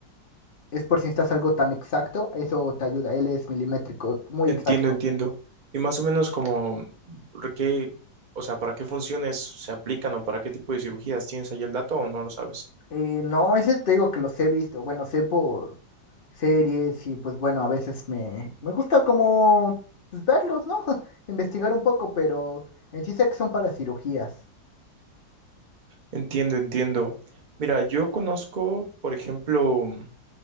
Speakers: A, on the left; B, on the right.
A: Es por si necesitas algo tan exacto, eso te ayuda. Él es milimétrico, muy
B: Entiendo,
A: exacto.
B: entiendo. Y más o menos como, ¿por ¿qué, o sea, para qué funciones se aplican o para qué tipo de cirugías tienes ahí el dato o no lo sabes?
A: Eh, no, ese te digo que los he visto. Bueno, sé por series y pues bueno, a veces me, me gusta como pues, verlos, ¿no? <laughs> Investigar un poco, pero en sí sé que son para cirugías.
B: Entiendo, entiendo. Mira, yo conozco, por ejemplo, mm,